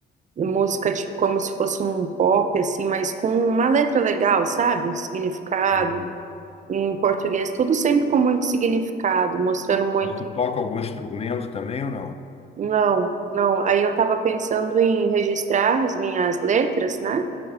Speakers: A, on the right (about 40°); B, on the left (about 30°).
A: música tipo como se fosse um pop assim, mas com uma letra legal, sabe? Significado.
B: Uhum.
A: Em português, tudo sempre com muito significado, mostrando muito.
B: Mas tu toca algum instrumento também ou não?
A: Não, não. Aí eu tava pensando em registrar as minhas letras, né?